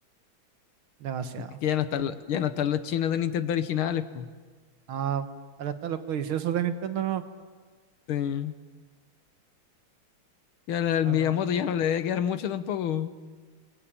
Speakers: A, on the right; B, on the left.
A: demasiado.
B: Es que ya no están, los- ya no están los chinos de Nintendo originales, po.
A: No, ahora están los codiciosos de Nintendo, no,
B: Sí. Y al, al
A: acá-
B: Miyamoto ya no le debe quedar mucho tampoco. O